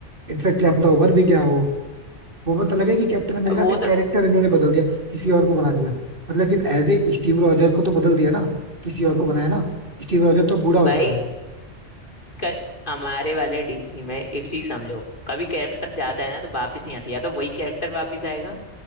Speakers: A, on the right; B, on the left.
A: इनफैक्ट क्या पता उम्र भी क्या हो वो पता लगे कि कैप्टन अमेरिका
B: अब वो
A: के कैरेक्टर
B: तो
A: इन्होंने बदल दिया किसी और को बना दिया मतलब लेकिन एज ए स्टीव रॉजर को तो बदल दिया ना किसी और को बनाया ना स्टीव रॉजर तो बूढ़ा हो
B: भाई
A: चुका है
B: कर, हमारे वाले डीसी में एक चीज समझो कभी कैरेक्टर जाता है ना तो वापस नहीं आती या तो वही कैरेक्टर वापस आएगा